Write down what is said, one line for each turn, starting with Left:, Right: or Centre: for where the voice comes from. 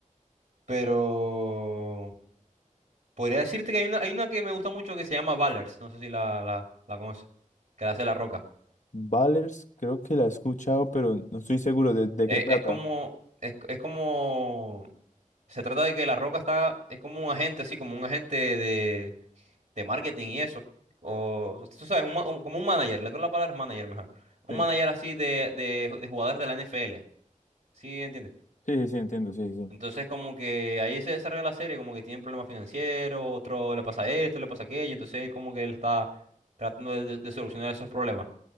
Right: pero podría decirte que hay una, hay una que me gusta mucho que se llama Ballers, no sé si la, la, la conoces, que la hace La Roca.
Left: Ballers, creo que la he escuchado, pero no estoy seguro de, de
Right: Es,
Left: qué trata.
Right: es como, es, es como Se trata de que La Roca está, es como un agente, así como un agente de, de marketing y eso. O, tú sabes, un ma- un- como un manager, le creo la palabra es manager mejor. Un
Left: Sí,
Right: manager así de, de, de jugadores de la NFL. ¿Sí entiendes?
Left: sí, sí, sí, entiendo, sí, sí. sí.
Right: Entonces, como que ahí se desarrolla la serie, como que tienen problemas financieros, otro le pasa esto, le pasa aquello, entonces él como que él está tratando de, de- de solucionar esos problemas.